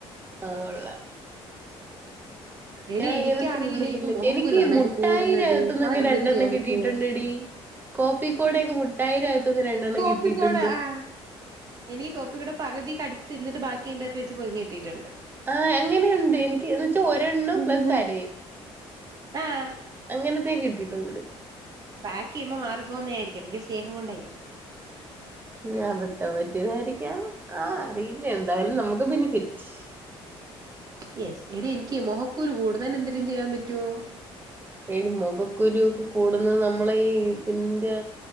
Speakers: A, on the right; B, on the right.
A: ആഹ് കൊള്ളം
B: എടി
A: ഞാൻ അങ്ങനത്തെ
B: എനിക്കാണെങ്കിലേ
A: തിന്നിട്ടില്ല
B: ഇപ്പൊ മൊഖക്കുരു
A: എനിക്ക്
B: നന്നായിട്ട്
A: മുട്ടായിന്നകത്തുന്നൊക്കെ
B: കൂടുന്നെടി അതിനെന്തേലും
A: രണ്ടെണ്ണം
B: ചെയ്യാൻ
A: കിട്ടിട്ടുണ്ട്
B: പറ്റോ?
A: ടി കോപ്പിക്കോടേക്കെ മുട്ടായിനകത്തു നിന്ന് രണ്ടെണ്ണം
B: കോപ്പിക്കൂട്
A: കിട്ടിയിട്ടുണ്ട്
B: ആഹ് എനിക്ക് കോപ്പിക്കൂടെ പകുതി കടിച്ചു തിന്നിട്ട് ബാക്കി അയ്ന്റെ അത്ത് വെച്ച് പൊതിഞ്ഞു കിട്ടിട്ടുണ്ട്
A: ആഹ് എങ്ങനെയുണ്ട് എനിക്ക്ന്ന് വെച്ചാ ഒരെണ്ണം
B: എങ്ങനെ?
A: പ്ലസ് അരയേ
B: ആഹ്
A: അങ്ങനത്തെ കിട്ടിയിട്ടുണ്ട്
B: പക്ക് ചെയ്യുമ്പോ മാറിപ്പോകുന്നത ആരിക്കുംല്ലെങ്കിൽ സ്നേഹം കൊണ്ടായിരിക്കും
A: ഞാൻപത്താൻ പറ്റിയതായിരിക്കാം ആഹ് അറിയില്ല എന്തായാലും നമുക്ക് ബെനിഫിറ്റ് ആ
B: യെസ് എടി എനിക്ക് മുഹക്കൂര് കൂടുന്നൽ എന്തെങ്കലും ചെയ്യാൻ പറ്റോ
A: എടി മുഖക്കുരു ക്കെ കൂടുന്നത് നമ്മള ഈ ഇതിന്റെ..